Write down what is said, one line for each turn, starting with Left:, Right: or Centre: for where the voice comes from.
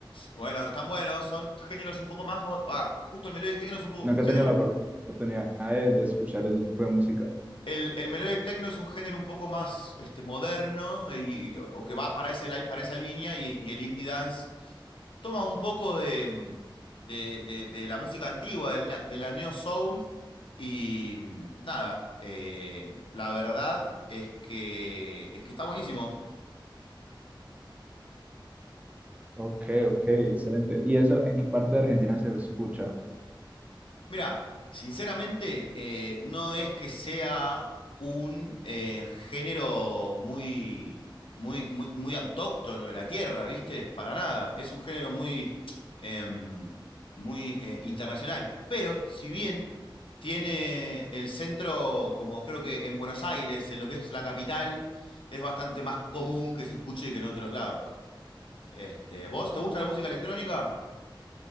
Left: Bueno, están buenos. Son géneros un poco más. mo- Ah, justo el melodic techno es un poco
Right: Nunca
Left: un género.
Right: he tenido la
Left: un-
Right: opor- oportunidad de, de escuchar ese tipo de música.
Left: El, el melodic techno es un género un poco más este, moderno y, o que va para, ese, la- para esa línea. Y, y el indie dance toma un poco de, mm, de, de- de la música antigua, de la, de la neo soul. Y mm, nada, eh, la verdad es que, es que está buenísimo.
Right: Ok, ok, excelente. ¿Y eso en qué parte de Argentina se escucha?
Left: Mira, sinceramente, eh, no es que sea un eh, género muy, muy, muy, muy autóctono de la tierra, ¿viste? Para nada. Es un género muy, em, muy eh, internacional. Pero, si bien tiene el centro, como creo que en Buenos Aires, en lo que es la capital, es bastante más común que se escuche que en otros lados. Este, ¿vos te gusta la música electrónica?